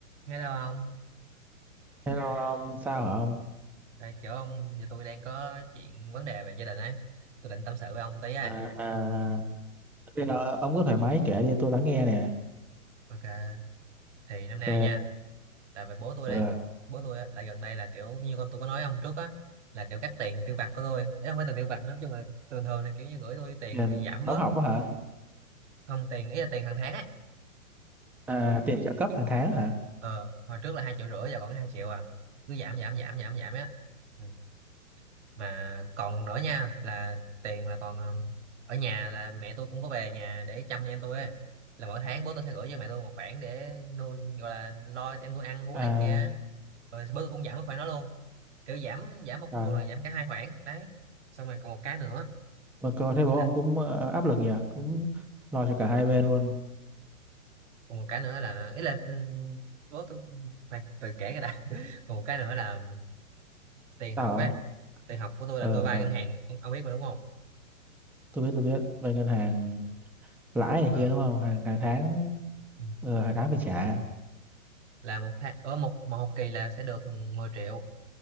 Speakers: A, on the right; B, in the centre.
A: nghe đâu không
B: Hello ông, sao hả ông?
A: đây, kiểu ông giờ tôi đang có chuyện vấn đề về gia đình ấy tôi định tâm sự với ông tí ấy
B: À, à, bây
A: Ừ.
B: giờ ông cứ thoải mái kể đi, tôi lắng nghe nè.
A: ok thì năm nay
B: Ok,
A: nha là về bố tôi
B: ừ.
A: đi bố tôi á, là gần đây là kiểu như con tôi có nói ông trước á là kiểu cắt tiền tiêu vặt của tôi Đấy, không phải tiền tiêu vặt nói chung là thường thường là kiểu như gửi tôi tiền
B: Tiền
A: thì giảm bớt
B: đóng học á hả?
A: không tiền ý là tiền hàng tháng ấy
B: À, tiền trợ cấp hàng tháng hả?
A: ờ hồi trước là hai triệu rưỡi giờ còn hai triệu à cứ giảm giảm giảm giảm giảm á Ừ. mà còn nữa nha là tiền là còn ừm, ở nhà là mẹ tôi cũng có về nhà để chăm em tôi ấy. là mỗi tháng bố tôi sẽ gửi cho mẹ tôi một khoản để nuôi gọi là lo cho em tôi ăn uống
B: À,
A: này kia rồi bố tôi cũng giảm cái khoản đó luôn kiểu giảm giảm một
B: rồi.
A: một là giảm cả hai khoản đấy xong rồi còn một cái nữa
B: Mà cô thấy bố
A: là
B: ông cũng ờ, áp lực nhỉ, cũng lo cho
A: ừ,
B: cả hai bên luôn.
A: còn một cái nữa là ý là ừm, bố tôi ừ, khoan, từ kể cái đã <laughs> còn một cái nữa là tiền
B: Sao
A: học
B: hả
A: ấy
B: ông?
A: tiền học của tôi là
B: Ờ,
A: tôi vay
B: ờ,
A: ngân hàng ông, ông biết mà đúng không
B: tôi biết, tôi biết. Bên ngân hàng lãi này
A: ờ
B: kia đúng không? Hàng, hàng tháng,
A: ừ.
B: ờ, hàng tháng phải trả.
A: là một hai ở một một học kỳ là sẽ được mười triệu